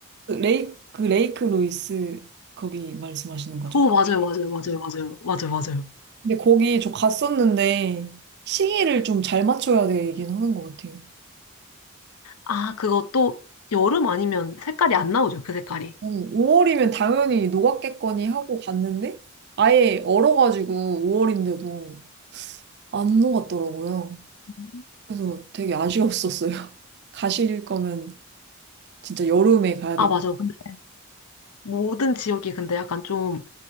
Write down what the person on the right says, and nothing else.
그 레이, 그 레이크 루이스 거기 말씀하시는 거죠?
근데 거기 저 갔었는데 시기를 좀 잘 맞춰야 되긴 하는 것 같아요.
5월이면 당연히 녹았겠거니 하고 갔는데 아예 얼어가지고 5월인데도 안 녹았더라고요.
그래서 되게 아쉬웠었어요. <laughs> 가실 거면 진짜 여름에 가야
되고